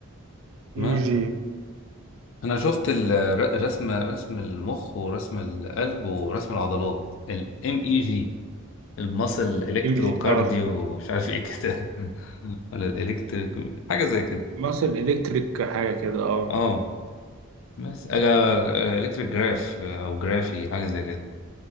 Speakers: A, on the left; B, on the right.
A: ما
B: اي جي
A: انا شفت الرسم رسم رسم المخ ورسم القلب ورسم العضلات الام اي جي المصل الكترو
B: ام جي
A: كارديو
B: اه
A: مش عارف ايه كده <laughs> ولا الالكتريك حاجه زي كده
B: ماسل الكتريك حاجة كده اه
A: اه بس الكتريك جراف او جرافي حاجه زي كده